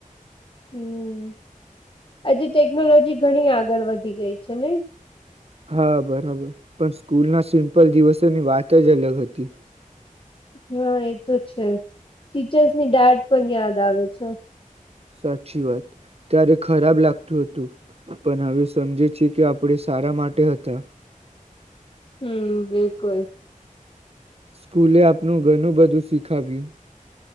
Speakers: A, on the left; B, on the right.
A: હમ્મ, આજે ટેકનોલોજી ઘણી આગળ વધી ગઈ છે ને.
B: હા બરાબર પણ સ્કૂલનાં સિમ્પલ દિવસોની વાત જ અલગ હતી.
A: હા, એતો છે ટીચર્સની ડાટ પણ યાદ આવે છે.
B: સાચી વાત, ત્યારે ખરાબ લાગતું હતું પણ હવે સમજે છે કે આપણે સારા માટે હતા.
A: હમ્મ બિલકુલ.
B: સ્કૂલે આપણું ઘણું બધું શીખાવ્યું.